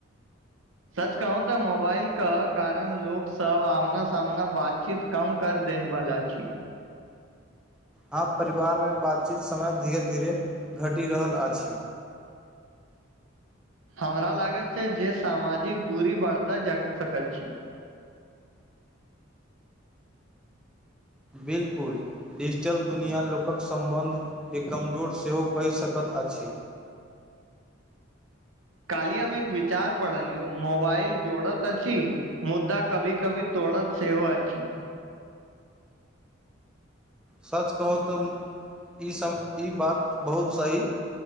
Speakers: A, on the right; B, in the centre.
A: सच कहू तऽ मोबाइल क कारण लोक सब आमना सामना बातची काम कर देन बालाच
B: हँ परिवारमे बातचीत समय धीरे धीरे घटि रहल अछ
A: हमरा लागैत छै जे सामाजिक दूरी बरतय जा सकैत छ
B: बिलकु डिजिटल दुनिआँ लोकक सम्बन्धके कमजोर सेहो कहि सकैत अछ
A: काल्हि हम एक विचार पढ़लिय मोबाइल जोड़त अछ मुद्दा कभी कभी तोड़त सेहो अछि छ
B: सच कहू तऽ ईसभ ई बात बहुत सह